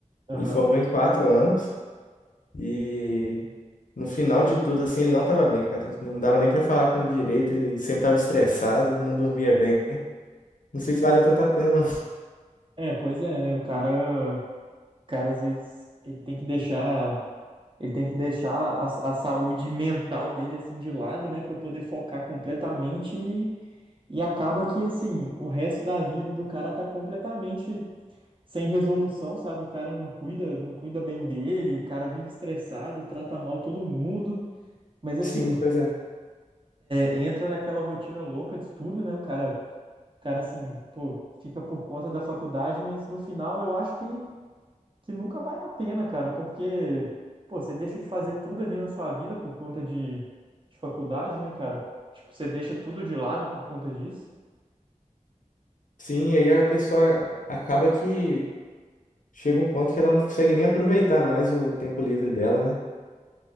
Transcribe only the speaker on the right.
Aham.
É, pois é, né? O cara, o cara às vezes ele tem que deixar, ele tem que deixar a, a saúde mental dele assim de lado, né, Pra poder focar completamente e, e acaba que assim, o resto da vida do cara tá completamente sem resolução, sabe? O cara não cuida, não cuida bem dele, o cara vive estressado, trata mal todo mundo.
Mas assim,
entra naquela rotina louca de estudo, né? O cara, o cara assim, pô, fica por conta da faculdade, mas no final eu acho que, que nunca vale a pena, cara, porque, pô, você deixa de fazer tudo ali na sua vida por conta de, de faculdade, né, cara? Tipo, você deixa tudo de lado por conta disso.